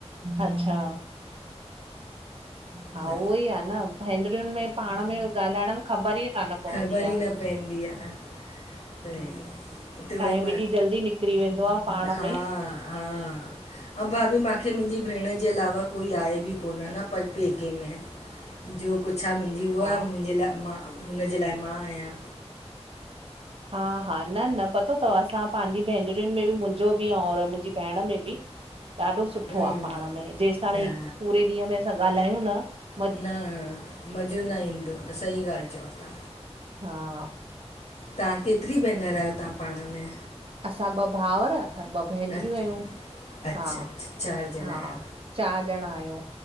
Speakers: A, on the right (about 55°); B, on the left (about 80°).
A: अच्छा। हा
B: त
A: उहो ई आ न भेंंणरियुन में पाण में -- ॻाल्हाइण में ख़बर ई कान पवंदी
B: ख़बर
A: आ।
B: ई न पवंदी आहे त
A: टाइम
B: त वरी मां
A: एॾी जल्दी निकिरी वेंदो आ पाण
B: हा
A: में।
B: हा आ भाभी मूंखे मुंजी भेण जे अलावा कोई आहे बि कोन न। प पेके में जो कुझ आ मुंजी उ
A: हा।
B: आ मुंजे लाए। मां हुनजे लाए मां आयां।
A: हा हा न न पतो तव असां पांजी भेनरियुन में बि मुंजो बि ऐं और -- मुंजी भेण में बि ॾाढो सुठो
B: हम्म
A: आ -- पाण में जेस ताणी
B: हा
A: पूरे ॾींहं में असां ॻाल्हायूं न --
B: न मज़ो न ईंदो आ, सही ॻाल्हि चयओ ता
A: हा
B: तां केतिरी भेनर आयो तां पाण में?
A: असां ॿ भाउर ए ॿ भेनरियूं
B: अच
A: आयूं
B: अच्छा
A: हा
B: अच्छा चारि ॼणा
A: हा
B: आहियो
A: चारि ॼणा आयूं